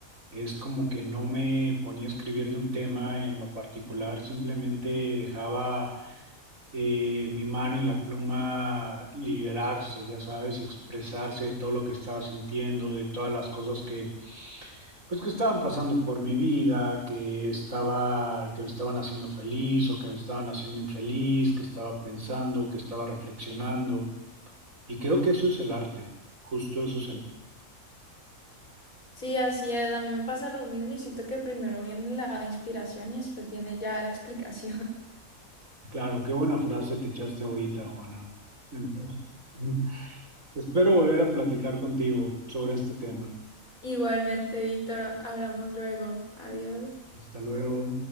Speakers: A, on the right (about 70°); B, on the left (about 85°).
A: es como que no me ponía a escribir de un tema en lo particular, simplemente dejaba eh, mi mano y la pluma liberarse, ya sabes, y expresarse de todo lo que estaba sintiendo, de todas las cosas que, pues, que estaban pasando por mi vida, que estaba, que me estaban haciendo feliz o que me estaban haciendo infeliz, que estaba pensando, que estaba reflexionando. Y creo que eso es el arte, justo eso es el...
B: Sí, así es. A mí me pasa lo mismo y siento que primero viene la inspiración y después viene ya la explicación.
A: Claro, qué buena frase te echaste ahorita, Juana. Entonces, <laughs> espero volver a platicar contigo sobre este tema.
B: <laughs> Igualmente, Víctor, hablamos luego. Adiós.
A: Hasta luego.